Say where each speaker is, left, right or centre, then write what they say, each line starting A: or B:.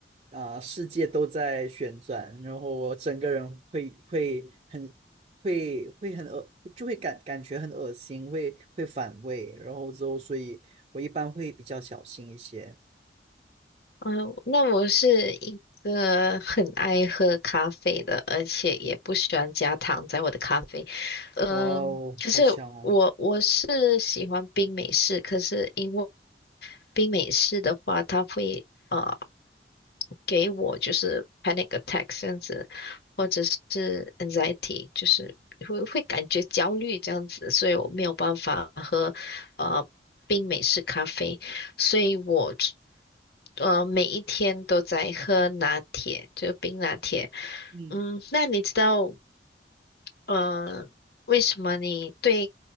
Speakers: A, on the right (about 35°); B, on the left (about 60°).
A: 啊、世界都在旋转，然后我整个人会会很会会很恶，就会感感觉很恶心，会会反胃，然后之后，所以我一般会比较小心一些。
B: 嗯，那我是一个很爱喝咖啡的，而且也不喜欢加糖在我的咖啡。嗯，
A: 哇哦，
B: 可是我我是喜欢冰美式，
A: 好香哦！
B: 可是因为冰美式的话，它会呃给我就是 panic attack 这样子，或者是 anxiety，就是会会感觉焦虑这样子，所以我没有办法喝呃冰美式咖啡，所以我只呃每一天都在喝拿铁，就冰拿铁。
A: 嗯。
B: 嗯，那你知道呃为什么你对